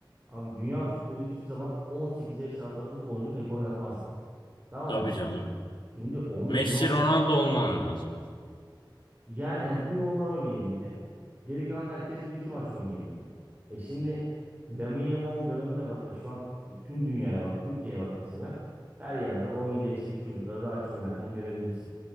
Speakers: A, on the right (about 20°); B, on the left (about 70°).
A: abi dünya futbolu hiçbir zaman 18 yaş altında futbolcu pek oynatmazdı. Tamam
B: Tabii
A: mı?
B: canım.
A: Şimdi 15-16
B: Messi
A: yaş-
B: Ronaldo olman lazım.
A: yani, yani bir onlar oynayabildi. Geri kalan herkes bir iki maç oynayabildi. E şimdi Lamine Yamal'ın dönemine bak. E şu an tüm dünyaya bak. Türkiye'ye bak mesela. Her yerde 17 yaşındaki çocukları rahatça oynarken görebilirsin.